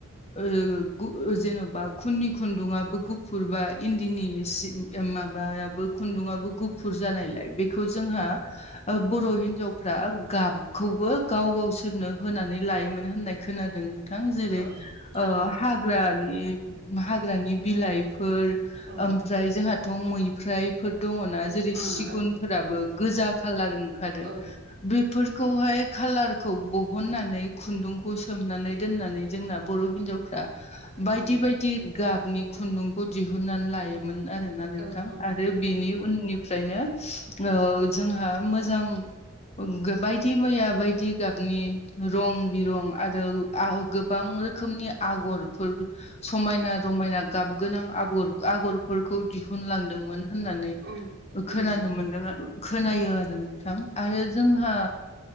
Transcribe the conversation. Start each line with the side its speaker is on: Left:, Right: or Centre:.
Left: ओ गु जेनेबा खुननि खुन्दुङाबो गुफुर बा इन्दिनि सि माबायाबो खुन्दुंयाबो गुफुर जानायलाय बेखौ जोंहा
Right: उम
Left: बर' हिन्जावफ्रा गाबखौबो गाव गावसोरनो होनानै लायोमोन होननाय खोनादों थां जेरै
Right: औ औ
Left: ओ हाग्रानि हाग्रानि बिलाइफोर
Right: औ ओ
Left: ओमफ्राय जोंहाथ' मैफ्रायफोर दङना जेरै
Right: औ
Left: सिगुन
Right: औ
Left: फोराबो गोजा खाालार ओंखारो
Right: औ ओं औ
Left: बेफोरखौहाय खालारखौ बहननानै खुन्दुंखौ सोमनानै दोननानै जोंना बर' हिनजावफ्रा बायदि
Right: उम
Left: बायदि गाबनि खुन्दुंखौ दिहुननानै लायोमोन आरोना नोंथां
Right: उम
Left: आरो
Right: उम
Left: बिनि उननि फ्राय नो ओ जोंहा मोजां बायदि मैया बायदि गाबनि रं बिरं आरो आ गोबां रो खोमनि आगरफोर समायना रमायना गाब गोनां आगर आगरफोर खौ दिहुनलांदोंमोन होननानै
Right: उम उम
Left: खोनानो मोनदों खोनायो आरो नोंथां थां आरो जोंहा